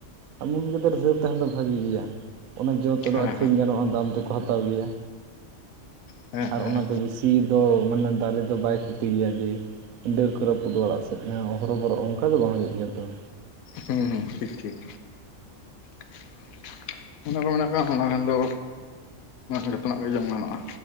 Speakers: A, on the right; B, on the left.
A: ᱟ ᱢᱩᱱᱜᱟᱹ ᱫᱟᱨᱮ ᱫᱚ ᱛᱟᱦᱮᱱ ᱫᱚ ᱵᱷᱟᱜᱤ ᱜᱮᱭᱟ, ᱚᱱᱟ ᱡᱚ ᱛᱮᱫᱚ
B: ᱦᱮᱸ
A: ᱟᱹᱠᱷᱨᱤᱧ ᱜᱟᱱᱚᱜᱼᱟ ᱫᱟᱢ ᱛᱮᱠᱚ ᱦᱟᱛᱟᱣ ᱜᱮᱭᱟ,
B: ᱦᱮᱸ ᱦᱮᱸ
A: ᱟᱨ
B: ᱦᱮᱸ
A: ᱚᱱᱟᱛᱮ ᱵᱤᱥ ᱾ ᱛᱤ ᱫᱚ ᱢᱟᱱᱮ ᱫᱟᱨᱮ ᱫᱚ ᱵᱟᱭ ᱠᱷᱚᱛᱤ ᱜᱮᱭᱟ ᱡᱮ ᱰᱟᱹᱨ ᱠᱚ ᱨᱟᱹᱯᱩᱫᱚᱜᱼᱟ ᱚᱲᱟᱜ ᱥᱮᱫ ᱚᱱᱮ ᱦᱚᱨᱚᱵᱚᱨᱚ ᱚᱱᱠᱟ ᱫᱚ ᱵᱟᱝ ᱦᱩᱭᱩᱜ ᱜᱮᱭᱟ ᱛᱚ ᱾
B: ᱦᱩᱸ ᱦᱩᱸ ᱴᱷᱤᱠ ᱴᱷᱤᱠ ᱾ ᱦᱚᱸᱜᱼᱚ ᱱᱟ ᱠᱚ ᱢᱮᱱᱟᱜ ᱠᱟᱜ ᱚᱱᱟ ᱠᱷᱟᱱ ᱫᱚ ᱡᱚᱛᱚᱱᱟᱜ ᱜᱮ ᱡᱚᱢ ᱜᱟᱱᱚᱜᱼᱟ